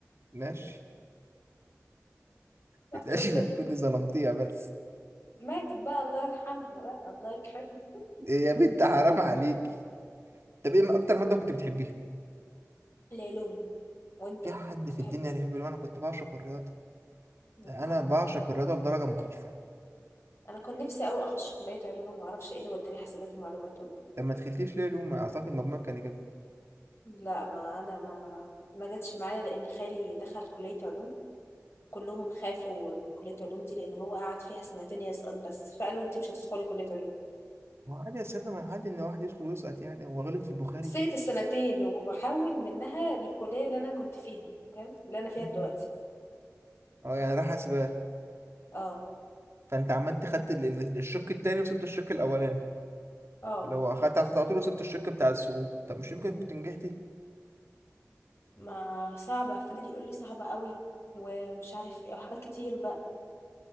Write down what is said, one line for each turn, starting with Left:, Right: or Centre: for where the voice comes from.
Right: ماشي
Left: رحت
Right: اتقاشي
Left: قلت
Right: لك
Left: له
Right: كنت ظلمتيها بس
Left: ماتت بقى الله يرحمها بقى الله يكحبها
Right: إيه يا بنت حرام عليك طب ايه اكتر ماده كنت بتحبيها
Left: العلوم وانت
Right: في حد
Left: كنت
Right: في
Left: بتحبها
Right: الدنيا بيحب العلوم انا كنت بعشق الرياضه
Left: لا
Right: ده انا بعشق
Left: ممكن.
Right: الرياضه لدرجه مخيفه
Left: انا كنت نفسي قوي اخش كليه علوم ما اعرفش ايه اللي وداني حاسبات ومعلومات ولا
Right: طب ما دخلتيش ليه علوم اعتقد مجموعك كان جاب
Left: لا ما انا ما ما جاتش معايا لان خالي دخل كليه علوم كلهم خافوا من كليه علوم دي لان هو قعد فيها سنتين يسقط بس فقالوا انت مش هتدخلي كليه علوم
Right: هو عادي يا سيدنا ما عادي ان واحد يدخل ويسقط يعني هو غلط في البخاري
Left: سقت السنتين وحول منها للكليه اللي انا كنت فيها فاهم اللي انا فيها
Right: مم.
Left: دلوقتي
Right: اه يعني راح حاسبات
Left: اه
Right: فانت عملت خدت ال- ال- الشق التاني وسبت الشق الاولاني
Left: اه
Right: اللي هو اخدت على طول وسبت الشق بتاع السقوط طب مش يمكن كنت نجحت
Left: ما صعبه فضل يقول لي صعبه قوي ومش عارف ايه وحاجات كتير بقى